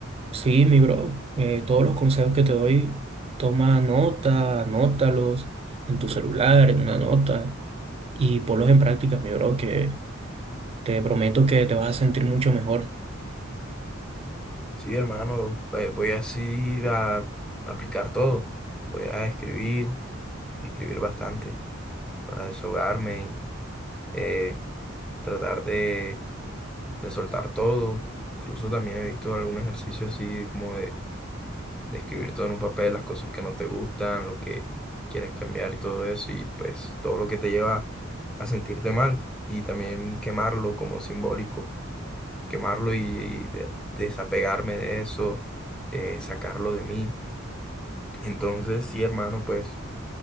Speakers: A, on the right (about 30°); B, in the centre.
A: sí, mi bro, eh, todos los consejos que te doy, toma nota, anótalos en tu celular, en una nota, y ponlos en práctica, mi bro, que te prometo que te vas a sentir mucho mejor.
B: Sí, hermano, eh, voy así a aplicar todo. Voy a escribir, a escribir bastante. para desahogarme, eh, tratar de, de soltar todo. Incluso también he visto algún ejercicio así como de, de escribir todo en un papel, las cosas que no te gustan, lo que quieres cambiar y todo eso, y pues todo lo que te lleva a sentirte mal. Y también quemarlo como simbólico, quemarlo y, de- desapegarme de eso, eh, sacarlo de mí. Entonces, sí, hermano, pues